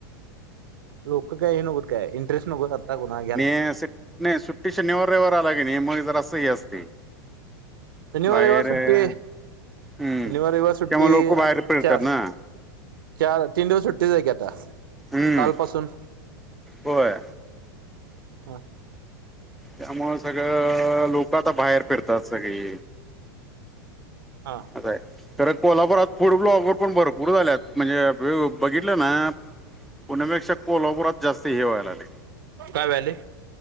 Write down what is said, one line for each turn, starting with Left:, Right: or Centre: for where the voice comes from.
Right: लोक काय हे नकोत काय इंटरेस्ट नकोत आत्ता कोणा घ्याला
Centre: ह अस नाही सुट्टी शनिवार रविवार आला की नाही मग जर असं ह असते.
Right: शनिवार,
Centre: बाहेर
Right: रविवार सुट्टी,
Centre: हम्म
Right: शनिवार, रविवार सुट्टी
Centre: त्यामुळे लोक बाहेर फिरतात
Right: चार
Centre: ना
Right: चार तीन दिवस सुट्टीचय की आता
Centre: हम्म
Right: कालपासून
Centre: होय
Right: हा
Centre: त्यामुळ सगळं लोक आता बाहेर फिरतात सगळी
Right: हा
Centre: अस आहे तर कोल्हापुरात फूड ब्लॉगर पण भरपूर झाल्यात म्हणजे बघितलं ना, पुण्यापेक्षा कोल्हापुरात जास्त हे व्हायला लागलय
Right: काय व्हायलय